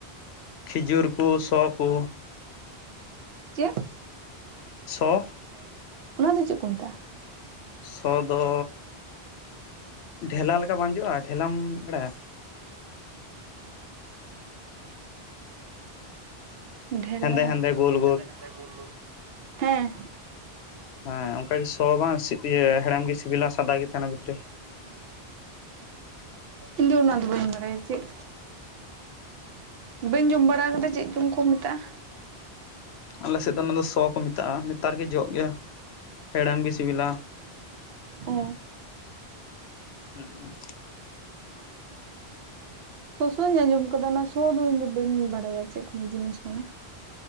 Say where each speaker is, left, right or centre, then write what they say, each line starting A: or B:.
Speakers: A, on the left (about 75°); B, on the right (about 70°).
A: ᱠᱷᱤᱸᱡᱩᱨ ᱠᱚ ᱥᱚ ᱠᱚ᱾
B: ᱪᱮᱫ?
A: ᱥᱚ
B: ᱥᱚ ᱚᱱᱟ ᱫᱚ ᱪᱮᱫ ᱠᱚ ᱢᱮᱛᱟᱜᱼᱟ
A: ᱥᱚ ᱫᱚ ᱰᱷᱮᱞᱟ ᱞᱮᱠᱟ ᱵᱟᱝ ᱡᱚᱜᱼᱟ ᱰᱷᱮᱞᱟᱢ ᱵᱟᱲᱟᱭᱟ
B: ᱰᱷᱮᱞᱟ
A: ᱦᱮᱸᱫᱮ ᱦᱮᱸᱫᱮ ᱜᱳᱞ
B: ᱦᱮᱸᱫᱮ ᱦᱮᱸᱫᱮ ᱜᱳᱞ ᱜᱳᱞ ᱦᱮᱸ
A: ᱦᱮᱸ ᱚᱱᱠᱟ ᱜᱮ ᱥᱚ ᱵᱟᱝ ᱤᱭᱟᱹ ᱦᱮᱲᱮᱢ ᱜᱮ ᱥᱤᱵᱤᱞᱟ ᱥᱟᱫᱟ ᱜᱮ ᱛᱟᱦᱮᱱᱟ ᱵᱷᱤᱛᱤᱨ ᱨᱮ
B: ᱤᱧ ᱫᱚ ᱚᱱᱟ ᱫᱚ ᱵᱟᱹᱧ ᱵᱟᱲᱟᱭᱟ ᱪᱮᱫ ᱵᱟᱹᱧ ᱡᱚᱢ ᱵᱟᱲᱟ ᱠᱟᱫᱟ ᱪᱮᱫ ᱡᱚᱢ ᱠᱚ ᱢᱮ ᱛᱟᱜ
A: ᱟᱞᱮ ᱥᱮᱫ ᱫᱚ ᱚᱱᱟ ᱫᱚ ᱥᱚ ᱠᱚ ᱢᱮᱛᱟᱜᱼᱟ ᱱᱮᱛᱟᱨ ᱜᱮ ᱡᱚᱜ ᱜᱮᱭᱟ ᱦᱮᱲᱟᱢ ᱜᱮ ᱥᱤᱵᱤᱞᱟ
B: ᱚ
A: ᱦᱩᱸ <unintelligible>
B: ᱥᱚᱥᱚᱧ ᱟᱸᱡᱚᱢ ᱟᱠᱟᱫᱟ ᱚᱱᱟ ᱥᱚ ᱫᱚ ᱤᱧ ᱫᱚ ᱵᱟᱹᱧ ᱵᱟᱲᱟᱭᱟ ᱪᱮᱫ ᱠᱚ ᱡᱤᱱᱤᱥ ᱠᱟᱱᱟ